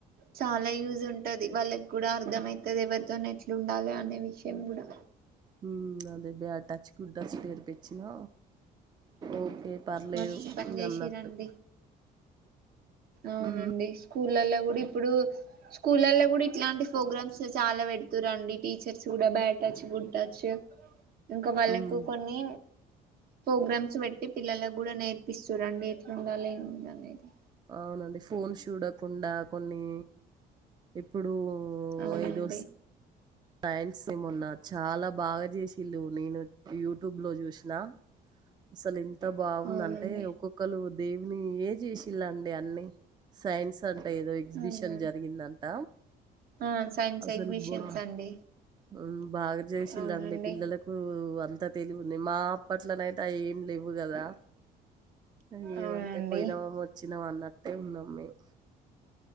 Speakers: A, on the right (about 65°); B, on the right (about 25°).
A: చాలా యూజ్ ఉంటది వాళ్ళకి కూడా అర్థం అయితది ఎవరితోన ఎట్లు ఉండాలి అనే విషయం కూడా
B: మ్మ్ అదే బేట చ్చి గుడ్డచ్చటరిపచ్చినా ఓకే పర్లేదు
A: మంచి పని
B: అని
A: చేసిరండి
B: అన్నట్టు
A: అవునండి
B: ఉమ్
A: స్కూలల్లో కూడా ఇప్పుడు స్కూలల్లో కూడా ఇట్లాంటి ప్రోగ్రామ్స్ చాలా పెడుతారండి టీచర్స్ కూడా బ్యాడ్ టచ్ గుడ్ టచ్ ఇంకా వాళ్ళకు
B: ఉమ్
A: కొన్ని ప్రోగ్రామ్స్ పెట్ పిల్లలకు కూడా నేర్పిస్తు చూడండి ఎట్లు ఉండాలి ఏం అనేది
B: అవునండి ఫోన్స్ చూడకుండా కొన్ని ఇప్పుడు
A: అవునండి
B: ఏదో సైన్స్ నీ మొన్న చాలా బాగా చేసింది నేను యూట్యూబ్ లో చూసిన అసలు ఇంత బాగుందంటే
A: అవునండి
B: ఒక్కొక్కలు దేన్నీ ఏ చేసిలా అండి అన్ని సైన్స్ అంటే ఏదో ఎగ్జిబిషన్
A: అవునా
B: జరిగిందంట
A: ఆ సైన్స్
B: అసలు
A: ఎగ్జిబిషన్స్
B: బా
A: అండి
B: మ్మ్ బాగా చేసిళ్ళు
A: అవునండి
B: <unintelligible> పిల్లలకు అ త తెలివుంది మా అప్పట్లో అయితే ఆ ఏం లేవు కదా అ
A: అవునండి
B: ఏమంటే పోయినా మ వచ్చినామ అన్నట్టే ఉన్నాం మేము